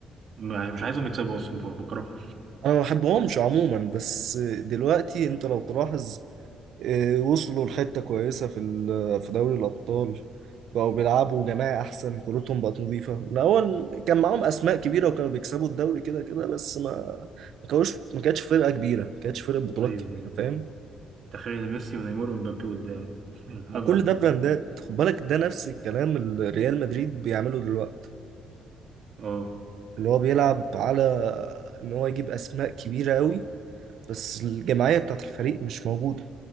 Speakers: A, on the right; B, on the right.
A: مش مش عايزهم يكسبوا اصلا بكرههم
B: انا ما بحبهمش عموما بس دلوقتي انت لو تلاحظ آه، وصلوا لحته كويسه في ال- في دوري الابطال بقوا بيلعبوا جماعي احسن كورتهم بقت نظيفه الاول كان معاهم اسماء كبيره وكانوا بيكسبوا الدوري كده كده بس ما ما كانوش ما كانتش فرقه كبيره ما كانتش فرقه بطولات
A: ايوه
B: كبيره
A: ايوه
B: فاهم
A: تخيل ميسي ونيمار ومبابي قدام <laughs>
B: مع
A: هبل
B: كل ده براندات خد بالك ده نفس الكلام اللي ريال مدريد بيعمله دلوقتي
A: اه
B: اللي هو بيلعب على ان هو يجيب اسماء كبيره قوي بس الجماعيه بتاعت الفريق مش موجوده